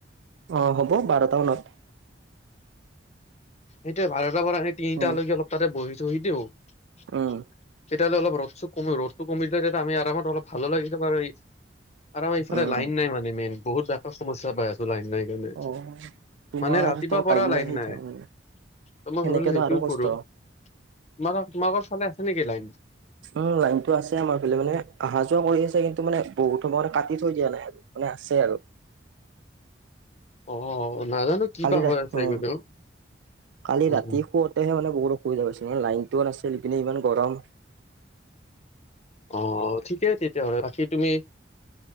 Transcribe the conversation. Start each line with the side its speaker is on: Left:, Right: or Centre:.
Right: অ হ'ব বাৰটা মানত।
Left: সেইটোৱে বাৰটাৰ পৰা এনে তিনিটালৈকে
Right: উম
Left: অলপ তাতে বহি থহি দিও। তেতিয়া
Right: উম
Left: হ'লে অলপ ৰদটো কম ৰ'দটো কমিলে তেতিয়া আমি আৰমত অলপ ভালো লাগিছে বাৰো, আৰু আমাৰ ইফালে
Right: উম
Left: লাইন নাই মানে মেইন। বহুত সমস্যা পাইছোঁ লাইন। নাই কাৰণে
Right: অ তোমাৰ
Left: মানে ৰাতি
Right: ত
Left: পৰা
Right: নাহে
Left: লাইন নাই।
Right: তাৰমানে
Left: ত মই
Right: সেনেকেতো
Left: ভাবিলো সেইটো
Right: আৰু কষ্ট
Left: কৰো। তোমাৰ তোমাৰোকৰ ফালে আছে নেকি লাইন?
Right: উম লাইনতটো আছে আমাৰ ফালে মানে অহা যোৱা কৰি আছে কিন্তু মানে বহুত সময়, কাটি থৈ দিয়া নাই আৰু মানে আছে আৰু।
Left: অ। নাজানো কি
Right: কালি
Left: বা
Right: ৰা
Left: হৈ
Right: উ
Left: আছে এইকেইদিন
Right: কালি
Left: উম
Right: ৰাতি
Left: উম
Right: শুৱতেহে মানে ব অসুবিধা পাইছিল ন লাইনটোও নাছিল। ইপিনে ইমান গৰম।
Left: অ, ঠিকেই তেতিয়াহ'লে বাকী তুমি